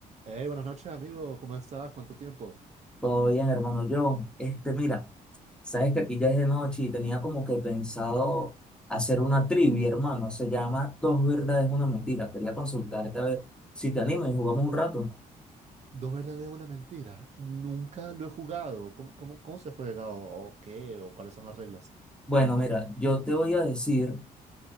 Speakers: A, on the right; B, in the centre.
A: Hey, buenas noches, amigo. ¿Cómo estás? ¿Cuánto tiempo?
B: Todo bien, hermano John. Este, mira, sabes que aquí ya es de noche y tenía como que pensado hacer una trivia, hermano. Se llama Dos verdades, una mentira. Quería consultarte a ver si te animas y jugamos un rato.
A: Dos verdades, una mentira. Nunca lo he jugado. ¿Cómo, cómo, cómo se juega? ¿O, o qué? ¿O cuáles son las reglas?
B: Bueno, mira, yo te voy a decir